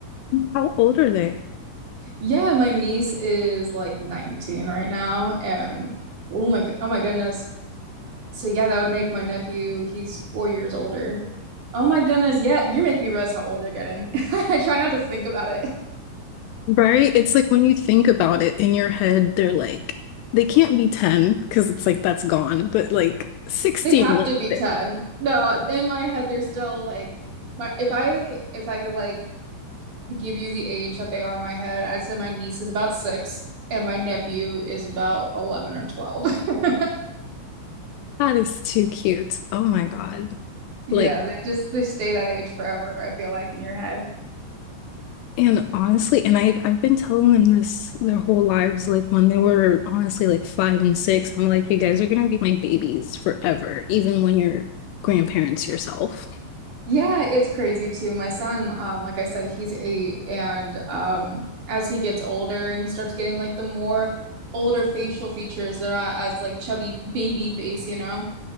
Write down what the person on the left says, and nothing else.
how old are they?
Right? It's like when you think about it in your head, they're like, they can't be 10 because it's like that's gone, but like 16,
like
that
that is too cute. Oh my God.
Like,
and honestly, and I've I've been telling them this their whole lives, like when they were honestly like five and six, I'm like, you guys are gonna be my babies forever, even when you're grandparents yourself. <laughs>